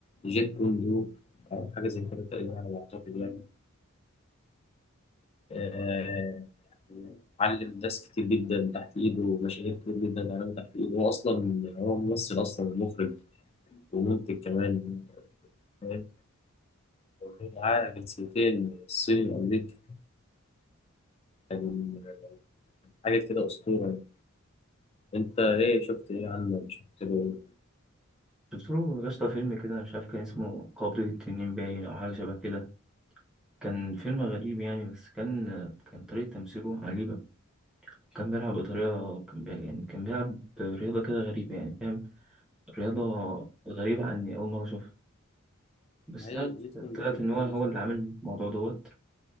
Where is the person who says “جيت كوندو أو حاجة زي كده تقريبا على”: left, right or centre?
Left